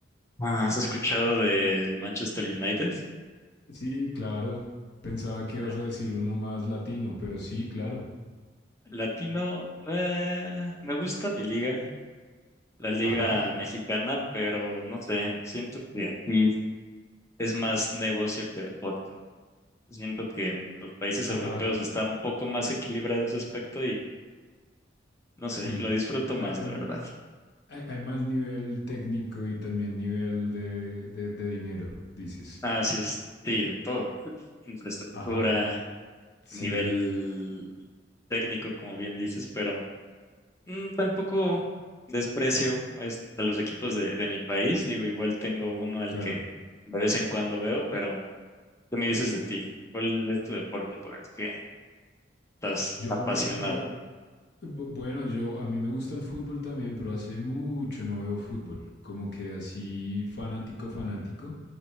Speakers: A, on the left; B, on the left.
A: Ah, ¿has escuchado del Manchester United?
B: Sí, claro. Pensaba que
A: Claro.
B: ibas a decir uno más latino, pero sí, claro.
A: Latino, eh, me gusta mi liga, la liga
B: Ajá,
A: mexicana, pero no sé, siento que aquí es más negocio que deporte. Siento que en los países
B: ajá,
A: europeos está un poco más equilibrado ese aspecto y No sé,
B: sí.
A: lo disfruto más,
B: Hay,
A: la
B: hay
A: verdad.
B: ma- hay- hay más nivel técnico y también nivel de, de- de dinero, dices.
A: Así es, sí, de todo. Infraestructura,
B: Ajá, sí,
A: nivel técnico, como bien dices, pero mm, tampoco desprecio pues, a los equipos de, de mi país. Digo, igual tengo uno al
B: claro.
A: que de vez en cuando veo, pero ¿qué me dices de ti? ¿Cuál es tu deporte por el que estás
B: Yo
A: apasionado?
B: vo- voy, Bu- Bueno, yo a mí me gusta el fútbol también, pero hace mucho no veo fútbol. Como que así fanático, fanático,